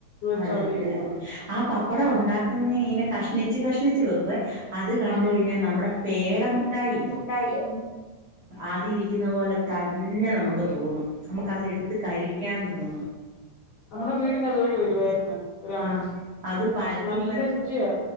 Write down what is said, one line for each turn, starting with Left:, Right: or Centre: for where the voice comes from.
Left: വച്ച്
Right: അതെ
Left: അവര്
Right: അതെ
Left: ചെയ്ട്ടണ്ട്
Right: അതെ ആ പപ്പടം ഉണ്ടാക്കുന്ന ഇനെ കഷ്ണിച് കഷ്ണിച്ചു വെക്കുവേ അത് കണ്ട
Left: ആഹ്
Right: കഴിഞ്ഞാ നമ്മുടെ പേട മുട്ടായില്ല
Left: ട്ടായി
Right: ആദ്യ ഇരിക്കുന്ന പോലെ തന്നെ നമുക്ക് തോന്നും നമുക്കത് എടുത്ത് കഴിക്കാൻ തോന്നും
Left: നമ്മുടെ വീടിന്റെ അതുവഴി വരുവായിരുന്നു ഒരു അമ്മച്ചി
Right: ആ അത് പരത്തുന്നതൊക്കെ
Left: പക്ഷെ നല്ല രുചിയാ